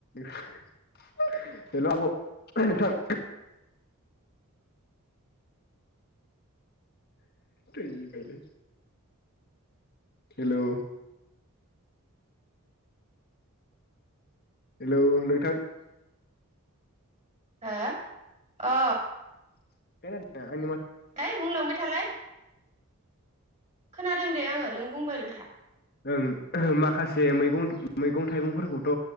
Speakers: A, on the left; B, on the right.
A: <inaudible> हेल' आब' नोंथां थैबायलै हेलौ। हेलौ नोंथां।
B: हो अ
A: <unintelligible>
B: दे बुंलांबाय थालाय। खोनादों दे आङो नों बुंबायलथा।
A: ओं माखासे मैगं मैगं थाइगंफोरखौथ'